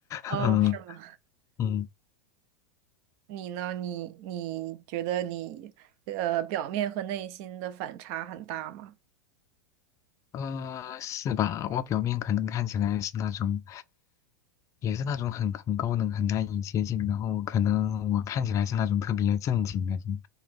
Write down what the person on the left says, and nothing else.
<laughs> 嗯
嗯。
呃，是吧？我表面可能看起来是那种，也是那种很很高冷、很难以接近，然后可能我看起来是那种特别正经的人，